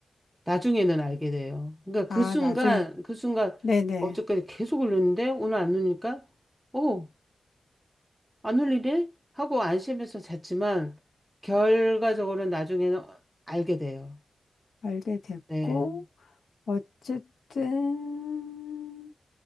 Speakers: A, in the centre; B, on the left (about 75°).
A: 나중에는 알게 돼요. 그러니까
B: 아,
A: 그 순간,
B: 나중에.
A: 그 순간
B: 네네.
A: 어저까지 계속 울렸는데 오늘 안리니까 오 안 울리네? 하고 안심해서 잤지만 결과적으로는 나중에는 알게 돼요.
B: 알게 됐고,
A: 네.
B: 어쨌든